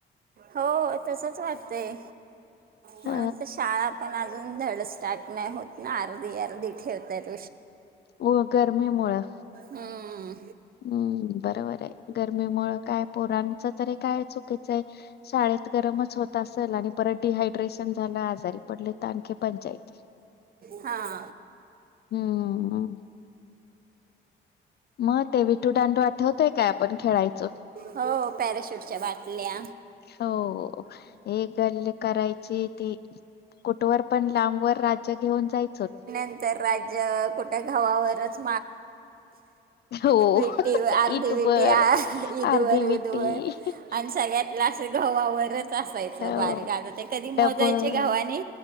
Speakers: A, on the right; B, on the left.
A: हो तसच वाटतय,
B: ह
A: म्हणून तर शाळा पण धड स्टार्ट नाही होत ना आर्धी-आर्धी ठेवत्यात.
B: हो गरमी मुळं
A: हम्म.
B: हम्म बरोबर आहे गरमी मुळे काय पोरांच तरी काय चुकीचंय शाळेत गरमच होत असेल आणि परत डिहायड्रेशन झालं आजारी पडले तर आणखी पंचायती
A: हा
B: हम्मम मग ते विठू दांडू आठवतोय काय आपण खेळायचो
A: हो पॅराशूटच्या बाटल्या
B: हो एक गल्ल करायची ती कुठवर पण लांबवर राज्य घेऊन जायचं होत
A: राज कुठ्या गावावरच
B: हो
A: विटी अर्धी
B: इथपर
A: विटी आ इदवर
B: अर्धी
A: उदवर
B: विट्टी
A: आणि सगळ्यातलं असं घवावरच असायचं
B: हो
A: बारीक आता ते कधी मोजायचे
B: डबल
A: गावाने